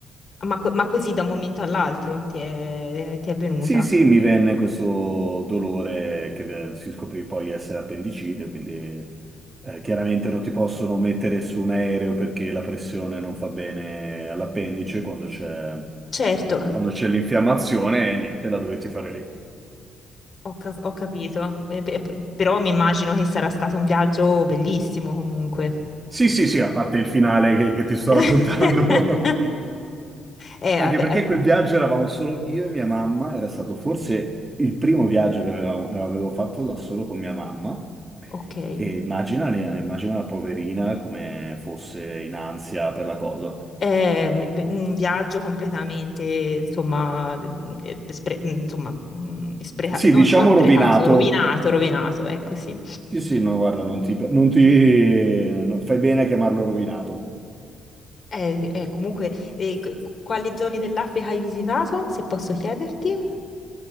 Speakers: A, on the left; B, on the right.
A: ma, co- ma così da un momento all'altro ti è, ti è venuta?
B: Sì, sì, mi venne questo dolore che eh, si scoprì poi essere appendicite, quindi eh, chiaramente non ti possono mettere su un aereo perché la pressione non fa bene all'appendice quando c'è
A: Certo,
B: quando c'è l'infiammazione e niente, la dovete fare lì.
A: ho, ca- ho capito, Eh, beh, p- però mi immagino che sarà stato un viaggio bellissimo comunque.
B: Sì, sì, sì, a parte il finale che, che ti sto
A: <laughs>
B: raccontando. <laughs>
A: Eh,
B: Anche
A: vabbè,
B: perché
A: eh,
B: quel viaggio eravamo solo io e mia mamma, era stato forse il primo viaggio che avevamo- avevo fatto da solo con mia mamma.
A: ok.
B: E immagina, immagina la poverina come fosse in ansia per la cosa.
A: È m- beh, un viaggio completamente, insomma, mm, eh, spre- mm, insomma, mm, spreca-
B: Sì,
A: non,
B: diciamo
A: non sprecato,
B: rovinato.
A: rovinato, rovinato, ecco sì.
B: Sì, sì, no, guarda, non ti, non ti- no, fai bene a chiamarlo rovinato.
A: Eh, sì, eh, comunque, eh, c- quali zone dell'Africa hai visitato, se posso chiederti?